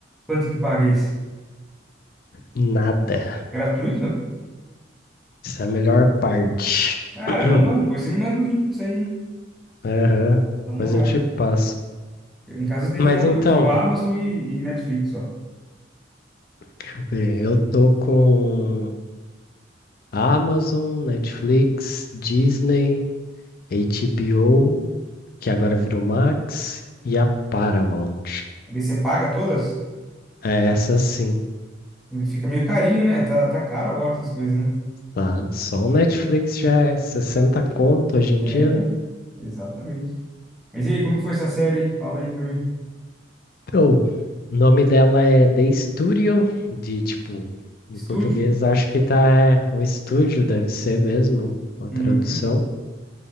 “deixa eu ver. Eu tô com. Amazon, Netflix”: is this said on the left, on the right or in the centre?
Left